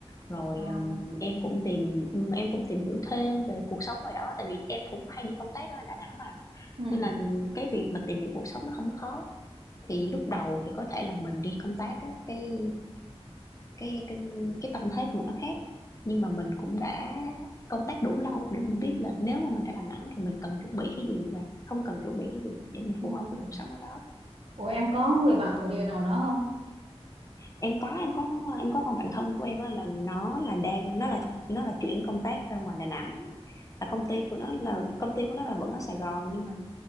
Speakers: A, on the left; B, on the right.
A: rồi
B: ờ,
A: ừm, em cũng tìm ừm, em cũng tìm hiểu thêm về cuộc sống ngoài đó tại vì em cũng hay đi công tác ở Đà Nẵng mà
B: ừ
A: nên là cái việc mà tìm hiểu cuộc sống nó không có khó thì lúc đầu thì có thể là mình đi công tác á, cái cái cái cái tâm thế của mình nó khác nhưng mà mình cũng đã công tác đủ lâu để mình biết là nếu mà mình ra Đà Nẵng thì mình cần chuẩn bị cái gì và không cần chuẩn bị cái gì để mình
B: ừ
A: phù hợp với cuộc sống ở đó
B: Ủa em có người bạn thổ địa nào đó không?
A: em có em có em có con bạn thân của em á là nó là đang nó là nó là chuyển công tác ra ngoài Đà Nẵng là công ty của nó là công ty của nó là vẫn ở Sài Gòn nhưng mà